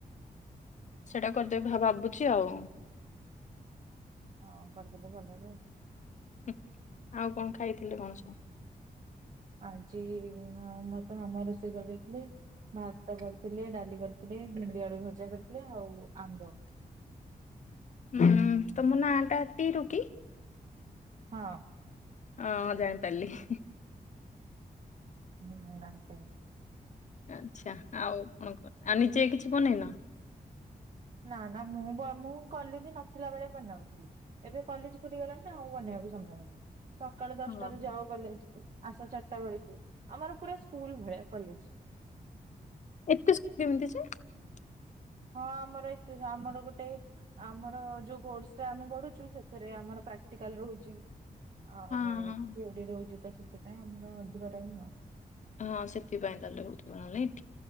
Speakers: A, on the left; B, on the right.
A: ସେଇଟା କରିଦେବି ଭାବୁଛି ଆଉ।
B: ହଁ କରିଦେଲେ ଭଲ।
A: ଆଉ କଣ ଖାଇଥିଲେ କଣ ସବୁ?
B: ଆଜି ମତେ ମାମା ରୋଷେଇ କରିଦେଇଥିଲେ। <unintelligible> ଥିଲେ ଡାଲି କରିଥିଲେ ଭେଣ୍ଡି ଆଳୁ ଭଜା କରିଥିଲେ ଆଉ ଆମ୍ବ।
A: ହୁଁ ତମ ନାଁ ଟା ତିରୁ କି?
B: ହଁ।
A: ହଁ ଜାଣିପାରିଲି।
B: ମୋ ନା ବି ସେଇୟା।
A: ଆଛା ଆଉ କଣ ଆଉ ନିଜେ କିଛି ବନେଇନ।
B: ନା ନା ମୁଁ ମୁଁ କଲେଜ ନଥିଲା ବେଳେ ବନାଉଥିଲି ଏବେ କଲେଜ ଖୋଲିଗଲାଣି ଆଉ ବନେଇବାକୁ ସମୟ ହଉନି। ସକାଳୁ ଦଶଟାରୁୁ
A: ହଁ
B: ଯାଅ କଲେଜ। ଆସ ଚାରିଟା ବେଳକୁ ଆମର ପୁରା ସ୍କୁଲ ଭଳିଆ କଲେଜ।
A: <unintelligible>
B: ହଁ ଆମର ଏତେ ଯେ ଆମର ଗୋଟେ ଆମର ଯୋଉ କୋର୍ସ ଟା ଆମେ ପଢ଼ୁଛୁ ସେଥିରେ ଆମର ପ୍ରାକ୍ଟିକାଲ ରହୁଛି। <unintelligible>
A: ହଁ।
B: ସେଥିପାଇଁ ଆମର ଅଧିକ ଟାଇମ ହ
A: ହଁ ସେଥିପାଇଁ ତାହେଲେ ହଉଥିବ ନା ନାଇଁ